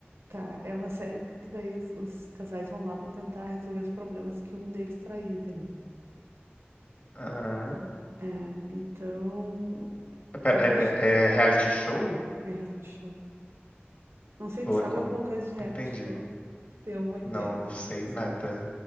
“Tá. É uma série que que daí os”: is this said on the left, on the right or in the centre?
Right